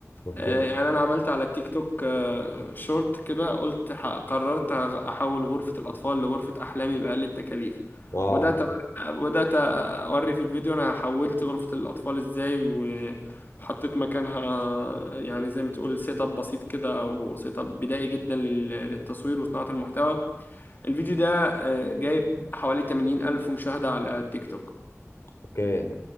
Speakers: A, on the left (about 60°); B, on the left (about 40°).
A: اوكي
B: آه، يعني انا عملت على التيك توك آه، شورت كده قلت ح- قررت هغ- احول غرفة الاطفال لغرفة احلامي باقل التكاليف
A: اه
B: وبدات أور- بدات اوري في الفيديو انا حولت غرفة الاطفال ازاي و- وحطيت مكانها يعني زي ما تقول سيت اب بسيط كده او سيت اب بدائي جدا لل- للتصوير وصناعة المحتوى الفيديو ده آه، جايب حوالي 80 الف مشاهدة على التيك توك
A: اوكي